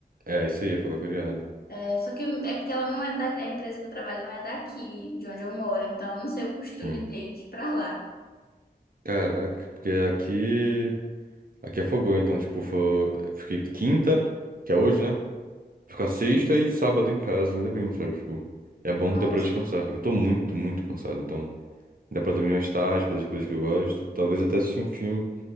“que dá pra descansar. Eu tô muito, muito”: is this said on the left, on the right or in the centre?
Right